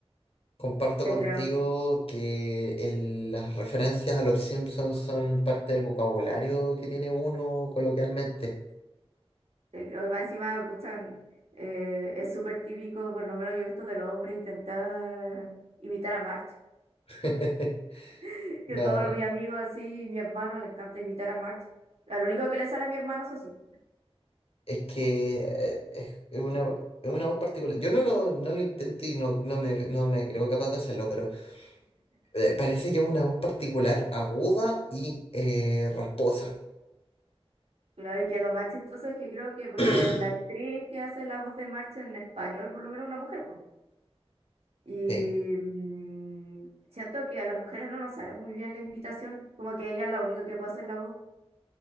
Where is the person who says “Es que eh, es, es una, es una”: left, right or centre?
Left